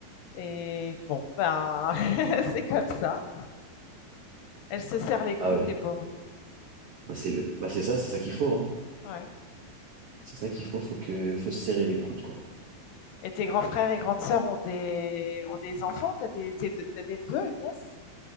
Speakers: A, on the left; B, on the right.
A: et bon, ben, <laughs> c'est comme ça. Elles se serrent les coudes
B: ah ouais,
A: les pauvres.
B: bah c'est bah c'est ça, c'est ça qu'il faut, hein.
A: Ouais
B: C'est ça qu'il faut, faut que, faut se serrer les coudes, quoi.
A: et tes grands frères et grandes sœurs ont des ont des enfants? T'as des tes de des neveux et nièces?